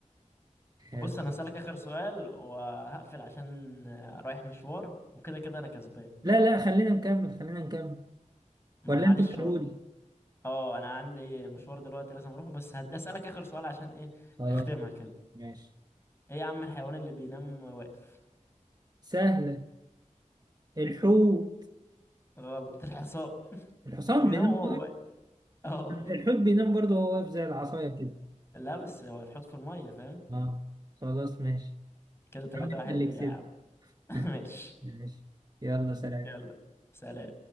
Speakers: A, on the right (about 30°); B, on the left (about 20°).
A: ماشي.
B: بص انا هسألك اخر سؤال وهقفل عشان آه، رايح مشوار وكده كده انا كسبان
A: لا لا خلينا نكمل خلينا نكمل
B: ما
A: ولا
B: معلش
A: أنت بتقولي
B: والله اه انا عندي مشوار دلوقتي لازم اروح بس هد اسالك اخر سؤال عشان ايه
A: خلاص
B: نختمها كده
A: ماشي
B: ايه يا عم الحيوان اللي بينام واقف
A: سهلة الحوت
B: غلط الحصان
A: الحصان
B: بينام
A: بينام
B: وهو واقف اه
A: الحوت بينام برضه وهو واقف زي العصاية كده
B: لا بس هو هتحط في المية فاهم
A: اه خلاص ماشي
B: كده تلاتة
A: يا عم
B: واحد
A: انت اللي
B: ليا
A: كسبت
B: يا عم <laughs>
A: <laughs>
B: ماشي
A: ماشي يلا سلام
B: يلا سلام